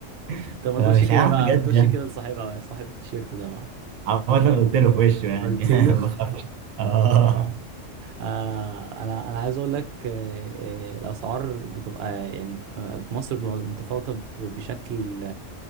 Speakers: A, on the right (about 60°); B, on the right (about 85°).
A: <laughs>
B: <laughs>
A: طب ما
B: فمش
A: تقولش كده
B: عارف
A: بقى
B: بجد
A: ما تقولش كده لصاحبها صاحب التيشيرت ده بقى
B: عمال قلت له في وشه يعني
A: قلت له
B: <laughs> بخاف اه
A: آه انا انا عايز اقول لك آه آه، الاسعار بتبقى يعني في آه، في مصر بتبقى متفاوته ب- بشكل